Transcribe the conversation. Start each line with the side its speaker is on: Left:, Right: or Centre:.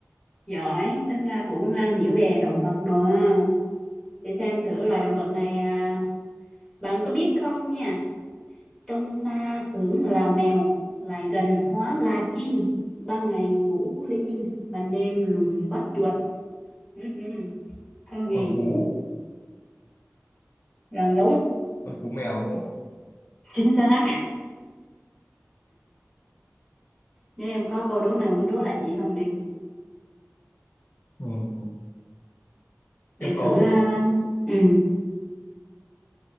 Centre: giỏi tính ra cũng am hiểu về động vật rồi ha để xem thử loài động vật này à, Bạn có biết không nha, trông xa tưởng là mèo, lại gần hóa là chim. Ban ngày ngủ linh dim, ban đêm lùng bắt chuột. Hứ hứ, Có gì?
Left: Con cú,
Centre: Gần đúng,
Left: con cú mèo đúng không?
Centre: chính xác. Nếu em có câu đố nào muốn đố lại chị không để
Left: Ừ. Em
Centre: để
Left: có.
Centre: thử. à, Ừ.